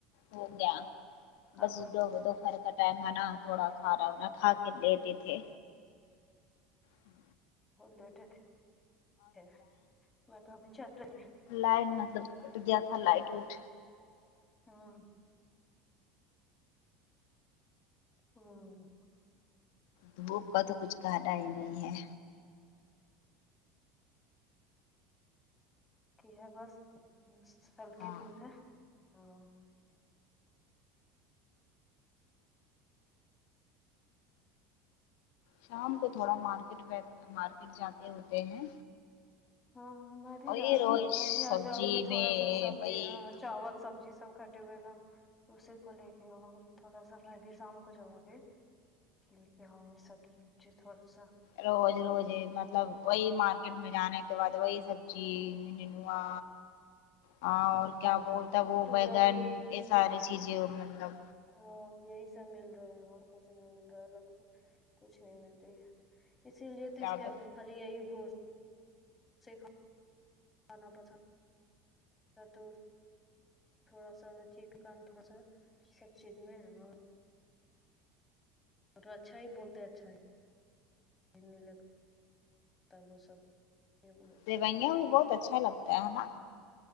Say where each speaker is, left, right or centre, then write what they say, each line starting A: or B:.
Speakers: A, on the left; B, on the left.
A: ہو گیا بس
B: آپ کا
A: دو دوپہر کا ٹائم ہے نا تھوڑا کھارا انا کھا کے لیٹے تھے ہوں
B: لیٹے تھے میں تو ابھی چہت ہی
A: لائن مطلب کٹ گیا تھا لائٹ وٹ
B: ہاں ہوں
A: دھوپ کا تو کچھ کہنا ہی نہیں ہے
B: کی ہے بس ہلکی
A: ہاں
B: دھوپ ہے ہمم
A: شام کو تھوڑا مارکیٹ مارکیٹ جاتے ہوتے ہیں
B: ہاں ہاں میں بھی
A: وہی روز
B: میں
A: سبزی
B: بھی آ جاؤں گی تھوڑا
A: میں
B: سا سبزی
A: وہی
B: ہاں چاول سبزی سب کھٹے ہوئے نا اسی کو لے کے آؤں گی تھوڑا سا میں بھی شام ہو جواگے لے کے ہم یہ سبزیبی تھوڑا سا
A: روز
B: سب
A: روز
B: کا
A: مطلب وہی مارکیٹ میں جانے کے بعد وہی سبزی ننوا ہاں اور کیا بولتا وہ
B: تورئی
A: بیگن یہ سارے چیزیں مطلب
B: ہاں یہی سب مل رہا ہیں اور کچھ نہیں مل رہا الگ سے کچھ نہیں مل اسی لیے تو
A: زیادہ
B: اس کے ا بو خالی یہی گوشت سے کھانا پسند اس تھوڑا سا چیٹ کام تھوڑا سا سب چیز میں اور اور اچھا ہی بولتے اچھا ہی ہندی لے کر تب وہ سب یہ بولتے
A: سوئیاں
B: ہیں
A: بھی بہت اچھا لگتا ہے نا